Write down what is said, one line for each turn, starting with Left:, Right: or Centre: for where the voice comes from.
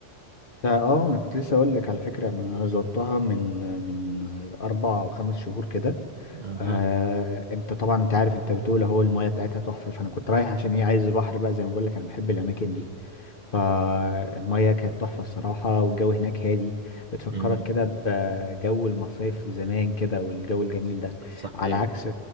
Left: ده- اه انا كنت لسه اقول لك على فكره إن انا زرتها من من اربع او خمس شهور كده
Right: أها
Left: آه انت طبعا انت عارف انت بتقول اهو المايه بتاعتها تحفه فانا كنت رايح عشان ايه عايز بحر بقى زي ما بقول لك انا بحب الاماكن دي فالمايه كانت تحفه الصراحه والجو هناك هادي بتفكرك
Right: أمم،
Left: كده بجو المصايف زمان كده والجو الجميل
Right: ص-
Left: ده
Right: صحيح
Left: على عكس